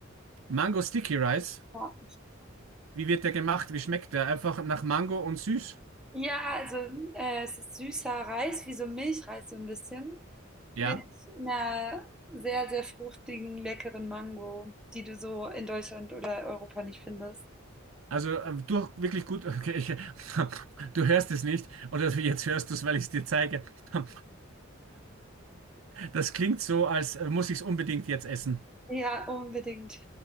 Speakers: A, on the right; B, in the centre.
A: Mango Sticky Rice,
B: Ja,
A: wie wird der gemacht? Wie schmeckt der? Einfach nach Mango und süß.
B: Ja, also äh, es ist süßer Reis, wie so Milchreis so ein bisschen,
A: Ja.
B: mit einer sehr, sehr fruchtigen, leckeren Mango, die du so in Deutschland oder Europa nicht findest.
A: Also äh, durch wirklich gut, okay, ich, <laughs> du hörst es nicht, oder jetzt hörst du es, weil ich es dir zeige. <laughs> Das klingt so, als äh, muss ich es unbedingt jetzt essen.
B: Ja, unbedingt.